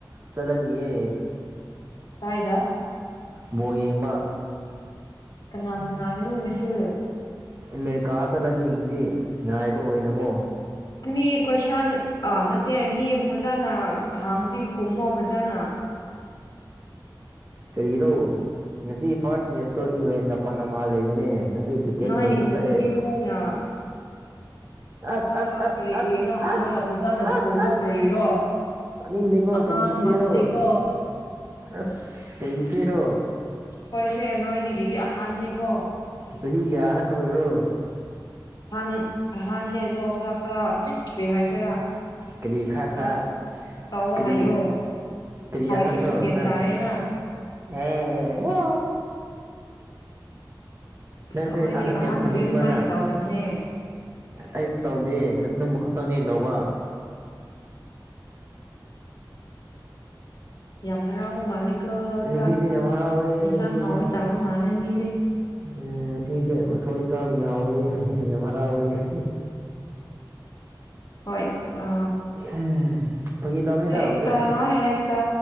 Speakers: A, on the right; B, on the left.
A: ꯆꯠꯂꯅꯤꯑ
B: ꯀꯥꯏꯗ
A: ꯃꯣ ꯌꯦꯡꯕ
B: ꯀꯅꯥ ꯁꯅꯥꯒꯅꯤ ꯉꯁꯤ
A: ꯑꯃꯦꯔꯤꯀꯥ ꯆꯠꯍꯟꯅꯤꯡꯉꯤꯁꯤ ꯉꯥꯏꯕ ꯑꯣꯏꯅꯀꯣ
B: ꯃꯤ ꯀꯣꯏꯁꯟ ꯑꯥ ꯅꯠꯇꯦ ꯃꯤ ꯐꯖꯅ ꯍꯥꯡ꯭ꯔꯤ ꯍꯨꯝꯃꯣ ꯐꯖꯅ
A: ꯀꯔꯤꯔꯣ ꯉꯁꯤ ꯐꯥꯔꯁ ꯃꯦꯠꯁꯇꯣ ꯏꯪꯂꯦꯟꯒ ꯄ ꯃꯥꯥ ꯂꯩꯕꯅꯦ ꯑꯗꯨ ꯁꯦꯀꯦꯟ
B: ꯅꯣꯏ
A: ꯃꯦꯠꯁ
B: ꯅꯆꯦ
A: ꯇꯛꯑꯦ
B: ꯈꯣꯏꯅ ꯅꯪꯉꯣꯟꯗ
A: ꯑꯁ ꯑꯁ
B: ꯀꯔꯤ
A: ꯑꯁ
B: ꯀꯔꯤꯅꯣ
A: ꯑꯁ
B: ꯍꯥꯡꯔꯒ ꯐꯖꯅ
A: ꯑꯁ
B: ꯈꯨꯝꯃꯣ
A: ꯑꯁ
B: ꯀꯔꯤꯔꯣ
A: ꯑ ꯇꯥꯅꯤꯡ ꯅꯀꯣ
B: ꯑꯉꯥꯡ
A: ꯀꯔꯤ ꯏꯆꯦꯔꯣ
B: ꯃꯟꯗꯦꯀꯣ
A: ꯑꯁ ꯀꯔꯤ ꯏꯆꯦꯔꯣ
B: ꯀꯣꯏꯁꯦ ꯅꯣꯏꯗꯤꯒꯗꯤ ꯑꯍꯥꯟꯅꯤ ꯀꯣ
A: ꯆꯍꯤ ꯀꯌꯥ ꯑꯍꯟ ꯑꯣꯏꯕ꯭ꯔꯣ
B: ꯍ ꯍꯗꯣ ꯈꯔ ꯈꯔ ꯀꯔꯤ ꯍꯥꯏꯁꯤꯔꯥ
A: ꯀꯔꯤꯈꯥ
B: ꯑꯗꯣ
A: ꯈꯥ
B: ꯇꯧꯕ
A: ꯀꯔꯤ
B: ꯍꯥꯏꯌꯣ
A: ꯇꯔꯤꯌꯥꯍꯥꯟꯅꯣ
B: ꯍꯥꯏꯗ꯭ꯔꯁꯨ ꯒ꯭ꯌꯥꯟ
A: ꯅ
B: ꯇꯥꯏꯌꯦꯅ
A: ꯑꯦ ꯋꯥ
B: ꯑꯁ
A: ꯅꯪꯁꯦ
B: ꯑꯩꯈꯣꯏꯗꯤ
A: ꯑꯍꯟ
B: ꯑꯍꯥꯟꯕꯨꯗꯤ
A: ꯌꯥꯝ ꯁꯥꯅꯤꯡꯕꯅ
B: ꯑꯗꯨꯃꯥꯏꯅ ꯇꯧꯗꯕꯅꯦ
A: ꯑꯩꯁ ꯇꯧꯗꯦ ꯅ ꯇꯪꯅꯦꯦꯟ ꯇꯧꯕ
B: ꯌꯥꯝ ꯍꯔꯥꯎꯕ ꯃꯥꯂꯦꯀ
A: ꯉꯁꯤꯁꯦ
B: ꯆꯥꯛ
A: ꯌꯥꯝ ꯍꯔꯥꯎꯋꯦ
B: ꯌꯦꯟꯁꯥꯡ
A: ꯉꯁꯤꯁꯦ
B: ꯍꯥꯎꯕ ꯆꯥꯕ ꯃꯥꯜꯂꯦ ꯃꯤ
A: ꯎꯝ ꯉꯁꯦ ꯎꯁꯣꯏ ꯆꯕ ꯍꯥꯎꯋꯤ ꯌꯥꯝ ꯍꯔꯥꯎꯋꯦ <inaudible>
B: ꯍ ꯑ
A: ꯎꯝ ꯐꯥꯒꯤ ꯇꯧꯕꯅꯤꯗ
B: ꯍꯦꯛ
A: ꯍꯣꯔꯦꯟ
B: ꯇ ꯍꯦꯛ ꯇ